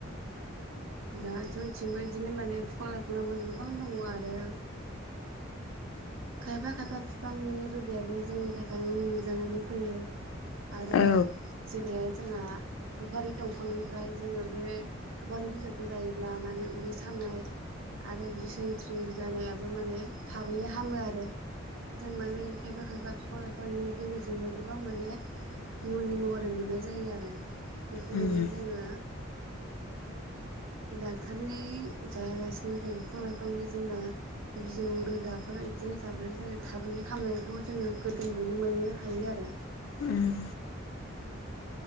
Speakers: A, on the right (about 75°); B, on the left (about 85°).
A: दा जोंनिथिंबो बिदिनो माने फिफां लाइफाङाबो गोबां दङ' आरो खायफा खायफा फिफांनि रोदायाबो जोंनि थाखाय मुलि जानानै फैयो। आरो
B: औ
A: जेरैहाय जोंहा सफारि दंफांनिफ्राय जोङो बे सफारि बिजौखौ जायोब्ला माने उदै सा नाय आरो दिसेनथ्रि जानायाबो माने थाबैनो हामो आ रो जों माने खायफा खायफा फिफां लाइफांनि गोहोजोंनो गोबां माने मुलि महरै मोननाय जायो आरो। बेखौ माने
B: उम
A: जोङो डाक्टरनि जायालासिनो जों बिफां लाइफांनि जेनेबा बिजौ रोदाफोर इ दिनो जाबोलय जोङो थाबैनो हामनायखौ जोङो गोदोनिफ्रायनो मोननो हायो आरो।
B: उम